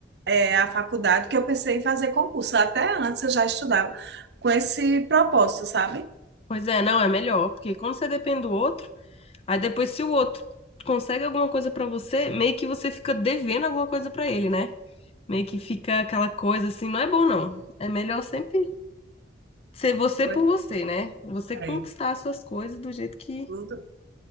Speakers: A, on the right; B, on the left.
A: é, a faculdade que eu pensei em fazer concurso. Até antes eu já estudava com esse propósito, sabe?
B: Pois é, não, é melhor, porque quando você depende do outro. Aí depois, se o outro consegue alguma coisa pra você, meio que você fica devendo alguma coisa pra ele, né? Meio que fica aquela coisa assim, não é bom não. É melhor sempre ser você
A: Pois
B: por você, né? Você
A: é.
B: conquistar as suas coisas do jeito que,
A: Tudo,